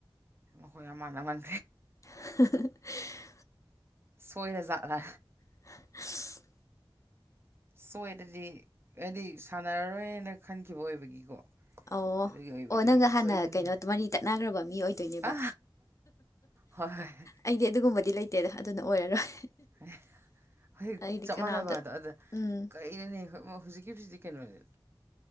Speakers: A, on the right (about 25°); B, on the left (about 35°).
A: ꯃꯈꯣꯏ ꯌꯥꯝ ꯃꯥꯟꯅꯃꯟ
B: <unintelligible>
A: ꯁꯣꯏꯔ ꯖꯥꯠꯂ
B: <inaudible>
A: ꯁꯣꯏꯗꯗꯤ ꯍꯥꯏꯗꯤ ꯁꯥꯟꯅꯔꯔꯣꯏꯅ ꯈꯟꯈꯤꯕ ꯑꯣꯏꯕꯒꯤꯀꯣ
B: ꯑꯣ
A: ꯑꯗꯨꯒꯤ ꯑꯣꯏꯕꯗ
B: ꯑꯣ ꯅꯪꯒ
A: ꯀꯔꯤꯅꯦ
B: ꯍꯥꯟꯅ ꯀꯩꯅꯣ ꯃꯔꯤ ꯇꯠꯅꯈ꯭ꯔꯕ ꯃꯤ ꯑꯣꯏ ꯗꯨꯣꯏꯅꯦꯕ
A: ꯑ ꯍꯣꯏ ꯍꯣꯏ
B: ꯑꯩꯗꯤ ꯑꯗꯨꯒꯨꯝꯕꯗꯤ ꯂꯩꯇꯦꯗ ꯑꯗꯨꯅ ꯑꯣꯏꯔꯔꯣꯏ
A: ꯑꯦ ꯍꯣꯏ
B: ꯑꯩꯗꯤ
A: ꯆꯞ
B: ꯀꯅꯥꯝꯇ
A: ꯃꯥꯟꯅꯕꯗꯣ ꯑꯗ
B: ꯎꯝ
A: ꯀꯩꯅꯣꯅꯦ ꯍꯧꯖꯤꯛꯀꯤ ꯖꯤꯕꯨꯗꯤ ꯀꯩꯅꯣꯅꯦ